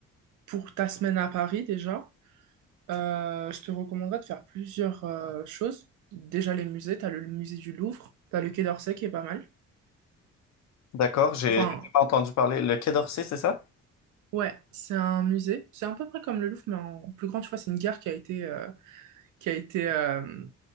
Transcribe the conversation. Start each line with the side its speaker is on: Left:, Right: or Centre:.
Right: pour ta semaine à Paris, déjà. Euh, je te recommanderais de faire plusieurs euh, choses. Déjà les musées, t'as le musée du Louvre, t'as le Quai d'Orsay qui est pas mal.
Left: D'accord, j'ai
Right: Enfin,
Left: j'ai jamais entendu parler. Le Quai d'Orsay, c'est ça?
Right: ouais, c'est un musée. C'est à peu près comme le Louvre, mais en plus grand, tu vois, c'est une gare qui a été, euh, qui a été euh,